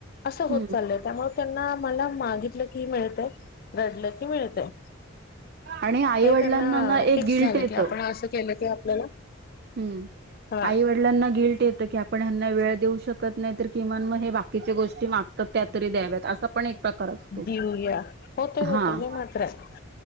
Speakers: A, on the left (about 45°); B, on the right (about 50°).
A: असं होत
B: हम्म
A: चाललंय. त्यामुळे त्यांना मला मागितलं क की मिळते. घडलं की मिळते.
B: आणि आई
A: हे
B: वडिलांना
A: त्यांना
B: ना
A: फिक्स
B: एक गिल्ट
A: झाले
B: येतं
A: की. आपण असं केलं की आपल्याला
B: हम्म
A: हा
B: आई वडलाना गिलट येत की आप आपण ह्यांना वेळ देऊ शकत नाही तर किमान मग हे बाकीच्या गोष्टी मागतात त्या तरी द्याव्यात असं. एक प्रकार असतो
A: घेऊया होते
B: ह.
A: होते हे मात्र आहे